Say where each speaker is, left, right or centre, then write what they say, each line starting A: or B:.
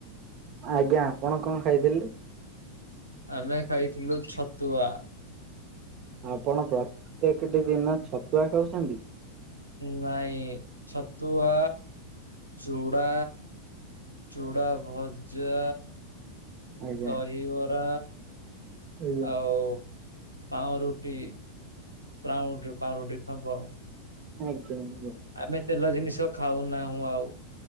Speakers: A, on the right; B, on the right.
A: ଆଜ୍ଞା ଆପଣ କଣ ଖାଇଥିଲେ?
B: ଆମେ ଖାଇଥିଲୁ ଛତୁଆ।
A: ଆପଣ ପ୍ରତ୍ୟେକଟି ଦିନ ଛତୁଆ ଖାଉଛନ୍ତି।
B: ନାଇଁ ଛତୁଆ ଚୁଡ଼ା। ଚୁଡ଼ା ଭଜା।
A: ଆଜ୍ଞା।
B: ଦହିବରା
A: ଆଜ୍ଞା
B: ଆଉ ପାଉଁ ରୁଟି ପାଉଁ ରଟି ପାରୁ ରୁଟି ଖାବ।
A: ଆଜ୍ଞା ଆଜ୍ଞା।
B: ଆମେ ତେଲ ଜିନିଷ ଖାଉନାହୁଁ ଆଉ।